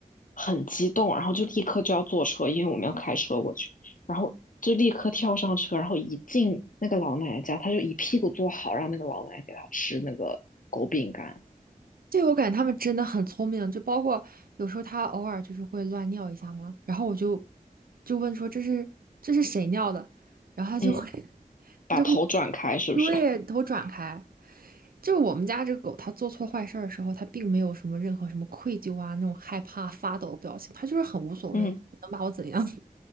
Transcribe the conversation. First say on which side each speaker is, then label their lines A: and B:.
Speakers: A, on the left; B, on the right.
A: 很激动，然后就立刻就要坐车，因为我们要开车过去，然后就立刻跳上车，然后一进那个老奶奶家，她就一屁股坐好，让那个老奶奶给她吃那个狗饼干。
B: 对，我感觉他们真的很聪明，就包括有时候他偶尔就是会乱尿一下嘛，然后我就就问说这是这是谁尿的，然后他就会
A: 嗯，
B: <laughs>
A: 把头转开是不是？
B: 他就会对头转开。就是我们家这个狗，它做错坏事儿的时候，它并没有什么任何什么愧疚啊那种害怕发抖的表情，它就是很无所谓，
A: 嗯，
B: 能把我怎样？